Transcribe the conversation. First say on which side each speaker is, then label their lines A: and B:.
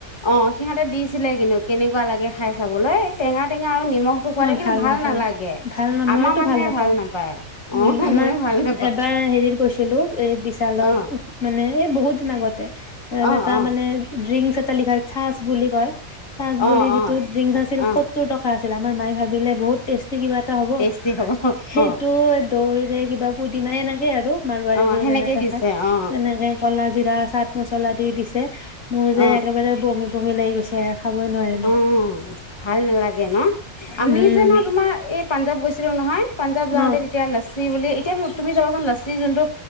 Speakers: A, on the left; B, on the left.
A: অ সিহঁতে দিছিলে কিন্তু কেনেকুৱা লাগে খাই চাবলৈ টেঙা টেঙা আৰু নিমখটো খোৱ
B: মই
A: দে কিন্তু ভাল
B: নাপালো
A: নালাগে
B: ভাল না
A: আমাৰ
B: মইতো
A: মানুহে
B: নাপাওঁ
A: ভাল নাপায় আহ
B: উম আমাৰ
A: মইয়ো ভাল নাপাওঁ
B: এবাৰ হেৰিত গৈছিলো এই বিশালত
A: অ',
B: মানে এই বহুত দিন আগতে এ
A: অ',
B: এটা
A: অ',
B: মানে ড্ৰিংক লিখা থাছ বুলি কয় <unintelligible>
A: অ', অ', অ',
B: তোৰ টকা আছিল আাৰ মাই ভাবিলে বহুত ষ্টে কিবা এটা হ'ব
A: টেষ্টি হ'ব
B: সেইটো
A: অ',
B: দৈ কিবা পুদিনা এনেকে আৰু মাৰোবাৰী
A: অ',
B: বোৰে
A: সেনেকেই
B: যেনেকে
A: দিছে
B: খাই
A: অ',
B: তেনেকে কলা জিৰা চাট মছলা দি দিছে মোৰ যে
A: অ'।
B: একেবাৰে বমি বমি লাগি গৈছে খাবই নোৱাৰিলো
A: অ ভাল নালাগে ন আমি
B: উম
A: যে ন তোমাৰ এই পাঞ্জাৱ গৈছিলোঁ নহয় পাঞ্জাৱ যাওঁতে
B: অ
A: তেতিয়া লেচ টি বুলি এতিয়া তুমি যাবাচোন লাচি যোনটো